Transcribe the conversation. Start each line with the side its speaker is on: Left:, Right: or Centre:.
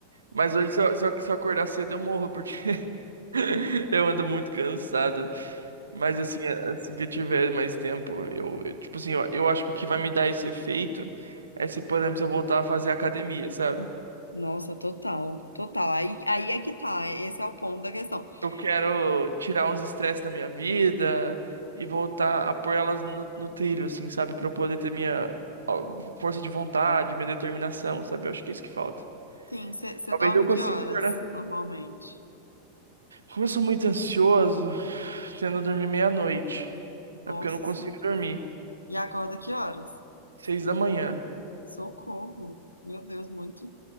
Right: Mas hoje, se eu, se eu- se eu acordar cedo, eu morro, porque <laughs> eu ando muito cansado. Mas assim, assim que eu tiver mais tempo, eu, eu- tipo assim, eu, eu acho que o que vai me dar esse efeito é se, por exemplo, se eu voltar a fazer academia, sabe?
Left: Nossa, total, total. Aí, aí é que tá, esse é o ponto da questão.
Right: Eu quero
Left: Pô,
Right: tirar uns estresses da minha vida e voltar a pôr elas no, no trilho, assim, sabe? Pra eu poder ter minha ó, força de vontade, minha determinação, sabe? Eu acho que é isso que falta.
Left: sim, você
Right: Talvez
Left: dorme
Right: eu consiga
Left: que horas,
Right: acordar.
Left: normalmente?
Right: Como eu sou muito ansioso, tendo dormir meia-noite.
Left: Nossa
Right: É porque eu não consigo
Left: Senhora.
Right: dormir.
Left: E acorda que horas?
Right: Seis da manhã.
Left: Socorro. Meu Deus, muito.